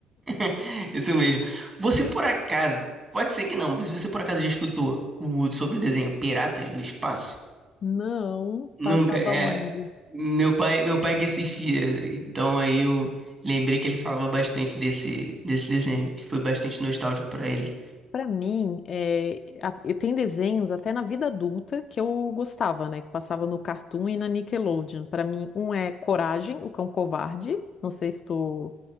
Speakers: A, on the right; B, on the left.
A: <laughs> isso mesmo. Você por acaso, pode ser que não, mas você por acaso já escutou o, sobre o desenho Piratas do Espaço?
B: Não,
A: Nunca,
B: passava
A: é.
B: onde?
A: Meu pai, meu pai que assistia, então aí eu lembrei que ele falava bastante desse, desse desenho, que foi bastante nostálgico pra ele.
B: Pra mim, é, a- e tem desenhos até na vida adulta que eu gostava, né? Que passava no Cartoon e na Nickelodeon. Pra mim, um é Coragem, o Cão Covarde. Não sei se tu